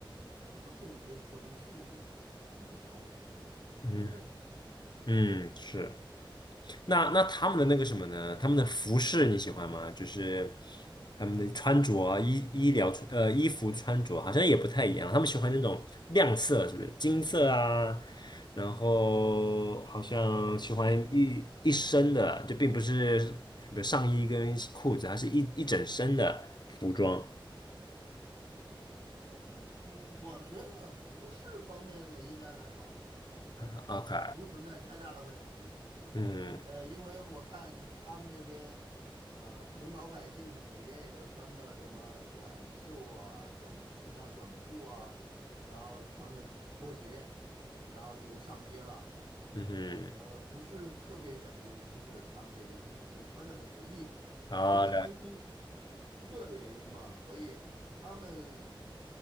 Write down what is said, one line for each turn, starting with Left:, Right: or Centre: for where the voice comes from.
Right: 不懂得怎么去烹调、
Left: 嗯
Right: 烹饪。
Left: 嗯是。那那他们的那个什么呢？他们的服饰你喜欢吗？就是他们的穿着啊衣医疗穿呃衣服穿着好像也不太一样，他们喜欢那种亮色，是不是金色啊？然后好像喜欢一一身的，就并不是什么上衣跟裤子，它是一一整身的服装。
Right: 嗯，我我觉得服饰方面的应该还好，
Left: 啊 OK，
Right: 不存在太大的问题。
Left: 嗯
Right: 呃，因为我看他们这边，呃，普通老百姓每天也就穿个什么短袖啊、短裙呐、短裤啊，然后穿个拖鞋，然后就上街了。
Left: 嗯
Right: 呃，不是特别讲究服饰，他们这边很穿的很随意，
Left: 哼，啊，
Right: 因为天气
Left: 了
Right: 热的原因嘛，所以他们，